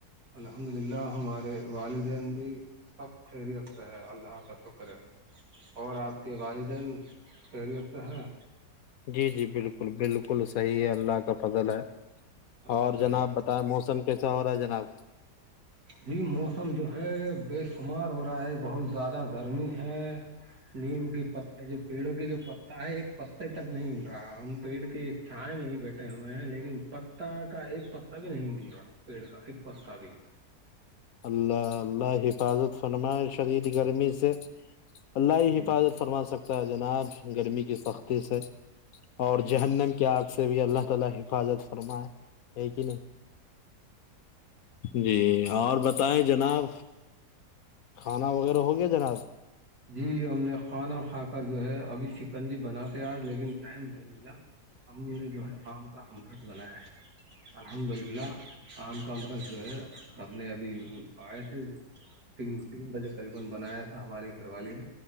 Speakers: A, on the right; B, on the left.
A: الحمد للہ ہمارے والدین بھی سب خیریت سے ہے اللہ کا شکر ہے اور آپ کے والدین خیریت ہیں
B: جی جی بالکل بالکل صحیح ہے اللہ کا فضل ہے
A: الحمد
B: اور جناب
A: للہ
B: بتائے موسم کیسا ہو رہا ہے جناب
A: جی موسم جو ہے بے شمار ہو رہا ہے بہت زیادہ گرمی ہے نیم کی پت جو پیڑوں کے جو پتا ہے ایک پتے تک نہیں مل رہا ہم پیڑ کے چھائے میں ہی بیٹھے ہوئے ہیں لیکن پتا کا ایک پتا بھی نہیں مل رہا پیڑ کا ایک پتا بھی
B: اللہ اللہ حفاظت فرمائے شدید گرمی سے اللہ ہی
A: جی
B: حفاظت فرما سکتا ہے جناب گرمی کی سختی سے فرمائےائے
A: بالکل
B: یہ کہ نہیں جی اور بتائیں جناب کھانا وغیرہ ہو گیا جناب
A: جی ہم نے کھانا کھا کر جو ہے ابھی چکن جی بناتے آج لیکن ٹائم نہیں ملا ہم نے جو ہے آم کا امرت بنایا ہے الحمد للہ عام کمرے سے ہم نے ابھی ائے تھے تین بجے تقریبا بنایا تھا ہمارے لائبہ کا دیکھیں گھر والے نے